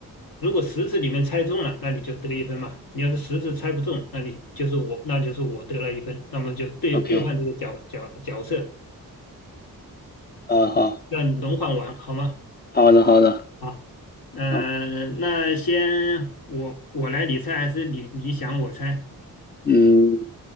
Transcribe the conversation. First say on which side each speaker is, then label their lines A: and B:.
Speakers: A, on the left; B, on the left.
A: 如果十次里面猜中了，那你就得一分嘛。你要是十次猜不中，那你就是我，那就是我得了一分，那么就兑兑换这个角角角色，
B: ，OK，好好
A: 让你轮换完好吗？
B: 好的好的，
A: 啊。呃，
B: 好，
A: 那先我我来理猜还是你你想我猜？
B: 嗯，